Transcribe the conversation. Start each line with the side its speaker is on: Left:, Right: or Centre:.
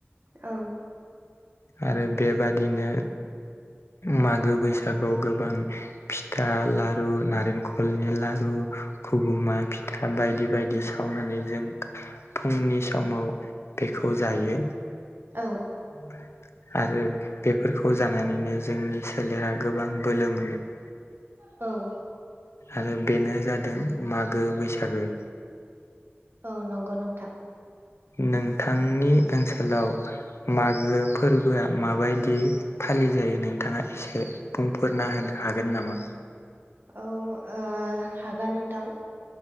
Right: औ
Left: आरो बेबादिनो मागो बैसागुआव गोबां फिथा लारु नारेंखलनि लारु खुबुमा फिथा बायदि बायदि सा सावनानै जों फुंनि समाव बेखौ जायो
Right: औ
Left: <inaudible> आरो बेफोरखौ जानानैनो जोंनि सोलेरा गोबां बोलो मोनो <inaudible>
Right: औ
Left: आरो बेनो जादों मागो बैसागो
Right: औ नंगौ नोंथां
Left: नोंथांनि ओनसोलाव मागो फोरबोआ माबायदि फालिजायो नोंथाङा एसे बुंफोरना होनो हागोन नामा
Right: औ ओ हागोन नोंथां